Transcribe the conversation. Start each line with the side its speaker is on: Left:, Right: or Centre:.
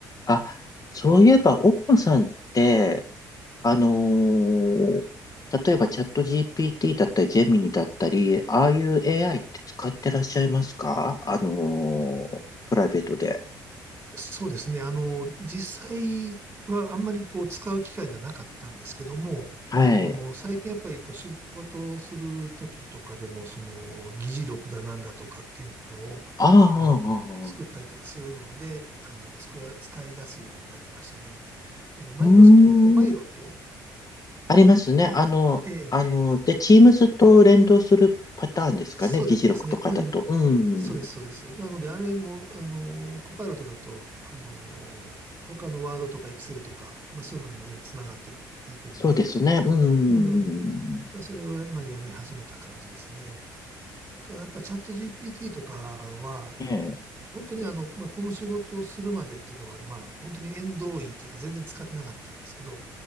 Left: あ、そういえば、奥野さんって、あのー例えばチャット GPT だったり、ジェミニだったり、ああいう AI って使ってらっしゃいますかあのープライベートで。
Right: そうですね。あの、実際はあんまりこう使う機会がなかったんですけども、
Left: はい。
Right: あの、最近やっぱりこう仕事をする時とかでも、その議事録だなんだとかっていうのを、
Left: ああ、ああ、
Right: あの、
Left: ああ
Right: 作ったりとかするので、あの、つく、使い出すようになりましたね。あの、マイクロソフトのコパイロット。
Left: うーん。ありますね。
Right: うん。
Left: あの、
Right: ええ、
Left: あの、で、Teams と連動するパターンですかね。
Right: そうですね。
Left: 議事録とかだと。
Right: うん。
Left: うん。
Right: そうです、そうです。なので、あれも、あの、コパイロットだと、あの、他のワードとかエクセルとか、まあ、そういうのにも全部つながっていくんで、
Left: そうですね。うん。
Right: うん。それを、まあ、やり始めた感じですね。ただ、やっぱチャット GPT とかは、
Left: ええ、
Right: 本当にあの、まあ、この仕事をするまでっていうかは、まあ、本当に縁遠いというか全然使ってなかったんですけど、やっ